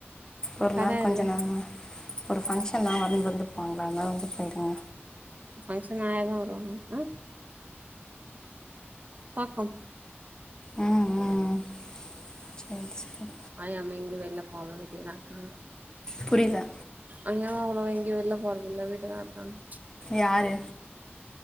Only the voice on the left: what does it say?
ஒரு
நாள் கொஞ்ச
<inaudible> ஒரு ஃபங்க்ஷன்னா வண்டு வந்து போங்களா அதந்தா வந்து போயிடுங்க
ம் ம் சரி சரி
புரியல
யாரு